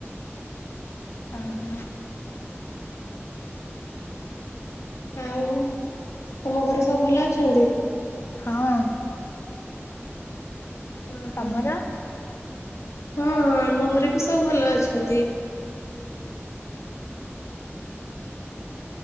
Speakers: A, on the left (about 55°); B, on the left (about 85°).
A: ଆଃହୋ।
B: ଆଉ ତମ ଘରେ ସବୁ ଭଲ ଅଛନ୍ତି?
A: ହଁ
B: ହଁ
A: ତମର?
B: ହଁ ହଁ ଆମ ଘରେ ବି ସବୁ ଭଲ ଅଛନ୍ତି।